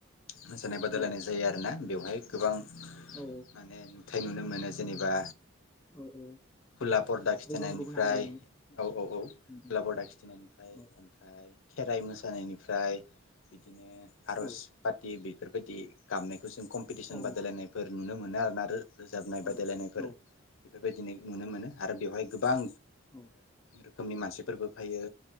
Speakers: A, on the left; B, on the left.
A: मोसानाय बादायलायनाय
B: औ
A: जायो आरोना बेव हाय गोबां
B: औ
A: माने नुथाय नुनो मोनो जेनेबा
B: औ औ
A: खुला परदा खिथिनायनिफ्राय
B: गुबुन गुबुन हारिनि
A: औ औ औ
B: उम
A: खुला
B: उम
A: परदा खिथिनायनिफ्राय
B: औ
A: ओमफ्राय खेराइ मो सानायनि निफ्राय बिदिनो आर'ज
B: औ
A: पाथि बि बेफोरबायदि गामनायखौ जों कम्पिटिसन
B: औ
A: बादायलायनायफोर नुनो मोनो आरोना आरो रोजाबनाय
B: नोंथां
A: बादायलायनायफोर
B: औ औ
A: बेफोरबायदिनो नुनो मोनो आरो बेवहाय गोबां
B: औ
A: रोखनि मानसि फोरबो फैयो